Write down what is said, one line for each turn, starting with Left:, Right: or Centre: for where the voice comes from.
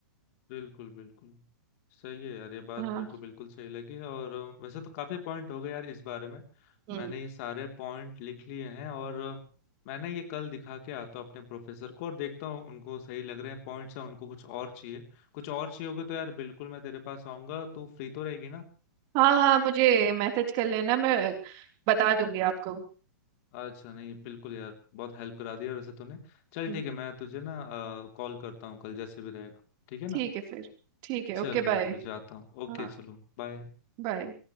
Left: बिल्कुल बिल्कुल सही है यार ये बात
Right: हाँ
Left: मेरे को बिल्कुल सही लगी है और अ, वैसे तो काफी पॉइंट हो गए यार इस बारे में
Right: हम्म
Left: मैंने ये सारे पॉइंट लिख लिए हैं और अ, मैंने ये कल दिखा के आता हूँ अपने प्रोफेसर को और देखता हूँ उनको सही लग रहे हैं पॉइंट्स हैं उनको कुछ और चाहिए कुछ और चाहिए होगा तो यार बिल्कुल मैं तेरे पास आऊंगा तू फ्री तो रहेगी ना
Right: हाँ हाँ मुझे मैसेज कर लेना मैं बता दूंगी आपको
Left: अच्छा नहीं बिल्कुल यार बहुत हेल्प करा दिया वैसे तूने चल
Right: हम्म,
Left: ठीक है मैं तुझे ना कॉल करता हूँ कल जैसे भी रहेगा ठीक है ना
Right: ठीक है फिर ठीक है
Left: चल
Right: Okay bye
Left: मैं फिर जाता हूँ ओके
Right: हाँ
Left: चलो बाय
Right: बाय